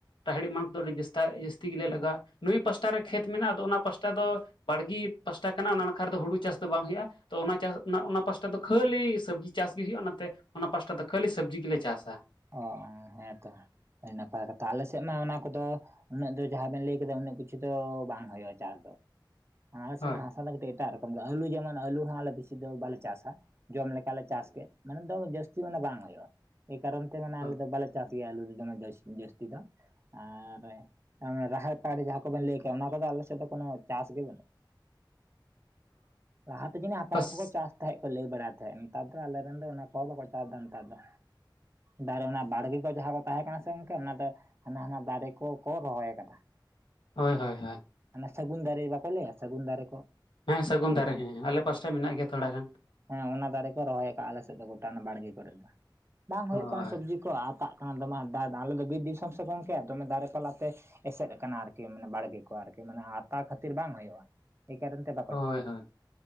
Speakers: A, on the left; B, on the right.
A: ᱨᱟᱦᱤᱲ ᱮᱢᱟᱱ ᱠᱚᱫᱚ ᱟᱹᱰᱤ ᱡᱟᱹᱥ ᱛᱟᱜ ᱡᱟᱹᱥᱛᱤ ᱜᱮᱞᱮ ᱞᱟᱜᱟ-ᱟ ᱱᱟᱹᱭ ᱯᱟᱥᱴᱟ ᱨᱮ ᱠᱷᱮᱛ ᱢᱮᱱᱟᱜ-ᱟ ᱟᱫᱚ ᱚᱱᱟ ᱯᱟᱥᱴᱟ ᱫᱚ ᱵᱟᱲᱜᱤ ᱯᱟᱥᱴᱟ ᱠᱟᱱᱟ ᱚᱱᱟ ᱱᱟᱠᱷᱟᱨᱮᱫᱚ ᱦᱩᱲᱩ ᱪᱟᱥ ᱫᱚ ᱵᱟᱝ ᱦᱩᱭᱩᱜ-ᱟ ᱛᱚ ᱚᱱᱟ ᱪᱟᱥ ᱚᱱᱟ ᱚᱱᱟ ᱯᱟᱥᱴᱟ ᱫᱚ ᱠᱷᱟᱹᱞᱤ ᱥᱟᱹᱵᱽᱡᱤ ᱪᱟᱥ ᱜᱮ ᱦᱩᱭᱩᱜ-ᱟ ᱚᱱᱟᱛᱮ ᱚᱱᱟ ᱯᱟᱥᱴᱟ ᱫᱚ ᱠᱷᱟᱹᱞᱤ ᱥᱟᱹᱵᱽᱡᱤ ᱜᱮᱞᱮ ᱪᱟᱥᱟ
B: ᱚ ᱦᱮᱸ ᱛᱚ ᱟᱹᱫᱤ ᱱᱟᱯᱟᱭ ᱠᱟᱛᱷᱟ ᱟᱞᱮ ᱥᱮᱜ ᱢᱟ ᱚᱱᱟ ᱠᱚᱫᱚ ᱩᱱᱟᱹᱜ ᱫᱚ ᱡᱟᱦᱟ ᱵᱮᱱ ᱞᱟᱹᱭ ᱠᱮᱫᱟ ᱩᱱᱟᱹᱜ ᱠᱤᱪᱷᱩ ᱫᱚ ᱵᱟᱝ ᱦᱩᱭᱩᱜ-ᱟ ᱪᱟᱥ ᱫᱚ ᱟᱞᱮ ᱥᱮᱱᱟᱜ
A: ᱦᱳᱭ
B: ᱦᱟᱸᱥ ᱟᱞᱮ ᱫᱚ ᱠᱟᱴᱤᱡ ᱮᱴᱟᱜ ᱨᱚᱠᱚᱢ ᱜᱮ ᱟᱞᱩ ᱡᱮᱢᱚᱱ ᱟᱞᱩ ᱦᱚᱸ ᱟᱞᱮ ᱵᱮᱥᱤ ᱫᱚ ᱵᱟᱞᱮ ᱪᱟᱥᱟ ᱡᱚᱢ ᱞᱮᱠᱟᱞᱮ ᱪᱟᱥ ᱠᱮᱫ ᱢᱟᱱᱮ ᱫᱚ ᱡᱟᱹᱥᱛᱤ ᱢᱟᱱᱮ ᱵᱟᱝ ᱦᱩᱭᱩᱜ-ᱟ ᱮᱭ ᱠᱟᱨᱚᱱ ᱛᱮ ᱢᱟᱱᱮ
A: ᱚ
B: ᱟᱞᱮ ᱫᱚ ᱵᱟᱞᱮ ᱪᱟᱥ ᱡᱟᱹᱥ ᱟᱞᱩ ᱫᱚ ᱫᱚᱢᱮ ᱡᱟᱹᱥᱛᱤ ᱫᱚ ᱟᱨ ᱨᱟᱦᱮᱲ ᱯᱟᱲᱮ ᱡᱟᱦᱟᱸ ᱠᱚᱵᱮᱱ ᱞᱟᱹᱭ ᱠᱮᱜ-ᱟ ᱚᱱᱟ ᱠᱚᱫᱚ ᱟᱞᱮ ᱥᱮᱫ ᱫᱚ ᱠᱳᱱᱳ ᱪᱟᱥ ᱜᱮ ᱵᱟᱹᱱᱩᱜ-ᱟ ᱞᱟᱦᱟᱛᱮ ᱡᱟᱹᱱᱤ ᱦᱟᱯᱲᱟᱢ
A: ᱵᱟᱥ
B: ᱠᱚᱠᱚ ᱪᱟᱥ ᱛᱟᱦᱮᱸᱜ ᱠᱚ ᱞᱟᱹᱭ ᱵᱟᱲᱟᱭ ᱛᱟᱦᱮᱸᱜ ᱱᱮᱛᱟᱨ ᱫᱚ ᱟᱞᱮᱨᱮᱱ ᱫᱚ ᱚᱱᱟ ᱠᱚᱦᱚᱸ ᱵᱟᱠᱚ ᱪᱟᱥ ᱫᱟ ᱱᱮᱛᱟᱨ ᱫᱚ ᱫᱟᱲᱮ ᱚᱱᱟ ᱵᱟᱲᱜᱮ ᱠᱚ ᱡᱟᱦᱟ ᱠᱚ ᱛᱟᱦᱮ ᱠᱟᱱᱟ ᱥᱮ ᱜᱚᱝᱠᱮ ᱚᱱᱟ ᱫᱚ ᱦᱟᱱᱟ ᱦᱟᱱᱟ ᱫᱟᱨᱮ ᱠᱚ ᱠᱚ ᱨᱚᱦᱚᱭ ᱠᱟᱫᱟ
A: ᱦᱳᱭ ᱦᱳᱭ ᱦᱳᱭ
B: ᱚᱱᱮ ᱥᱟᱹᱜᱩᱱ ᱫᱟᱨᱮ ᱵᱟᱠᱚ ᱞᱟᱹᱭᱟ ᱥᱟᱹᱜᱩᱱ ᱫᱟᱨᱮ ᱠᱚ
A: ᱦᱮᱸ ᱥᱟᱹᱜᱩᱱ ᱫᱟᱨᱮ ᱦᱮᱸ ᱟᱞᱮ ᱯᱟᱥᱴᱟ ᱢᱮᱱᱟᱜ ᱜᱮᱭᱟ ᱛᱷᱚᱲᱟ ᱜᱟᱱ
B: ᱦᱮᱸ ᱚᱱᱟ ᱫᱟᱨᱮ ᱠᱚ ᱨᱚᱦᱚᱭ ᱠᱟᱜ-ᱟ ᱟᱞᱮ ᱥᱮᱫ ᱫᱚ ᱜᱚᱴᱟ ᱚᱱᱟ ᱵᱟᱲᱜᱮ ᱠᱚᱨᱮ ᱫᱚ ᱵᱟᱝ ᱦᱩᱭᱩᱜ
A: ᱦᱳᱭ
B: ᱠᱟᱱᱟ <unintelligible> ᱟᱞᱮ ᱫᱚ ᱵᱤᱨ ᱫᱤᱥᱚᱢ ᱥᱮ ᱜᱚᱝᱠᱮ ᱫᱚᱢᱮ ᱫᱟᱨᱮ ᱯᱟᱞᱟᱛᱮ ᱮᱥᱮᱫ ᱠᱟᱱᱟ ᱟᱨᱠᱤ ᱢᱟᱱᱮ ᱵᱟᱲᱜᱮ ᱠᱚ ᱟᱨᱠᱤ ᱢᱟᱱᱮ ᱟᱛᱟ ᱠᱷᱟᱹᱛᱤᱨ ᱵᱟᱝ ᱦᱩᱭᱩᱜ-ᱟ ᱮᱭ ᱠᱟᱨᱚᱱ ᱛᱮ
A: ᱦᱳᱭ ᱦᱳᱭ